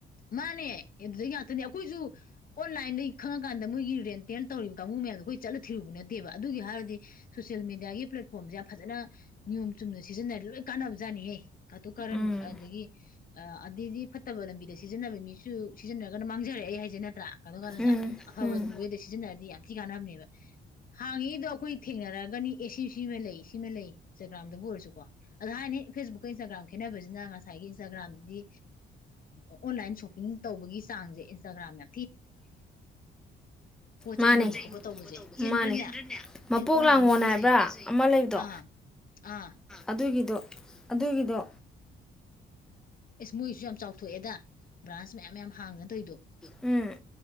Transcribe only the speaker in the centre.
ꯎꯝ
ꯎꯝ
ꯎꯝ
ꯃꯥꯅꯦ
ꯃꯥꯅꯦ ꯃꯄꯣꯛ
ꯂꯥꯡꯉꯣ
ꯍꯥꯏꯕ꯭ꯔꯥ
ꯑꯃ ꯂꯩꯕꯗꯣ
ꯑꯗꯨꯒꯤꯗꯣ ꯑꯗꯨꯒꯤ ꯗꯨ꯫
ꯎꯝ